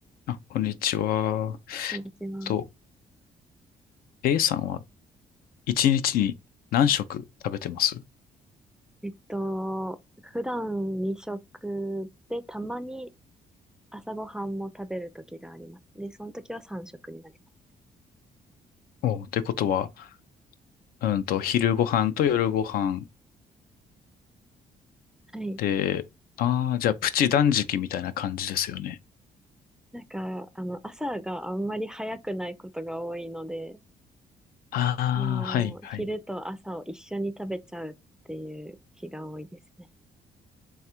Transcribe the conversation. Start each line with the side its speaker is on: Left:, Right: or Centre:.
Left: あ、こんにちは。
Centre: こんにちは。
Left: と、A さんは一日に何食食べてます
Centre: えっと、普段2食で、たまに朝ごはんも食べる時があります。で、その時は3食になります。
Left: おう、ということは、うんと、昼ご飯と夜ご飯
Centre: はい。
Left: で、ああ、じゃあプチ断食みたいな感じですよね。
Centre: なんか、あの、朝があんまり早くないことが多いので、
Left: ああ、
Centre: もう、
Left: はい、はい。
Centre: 昼と朝を一緒に食べちゃうっていう日が多いですね。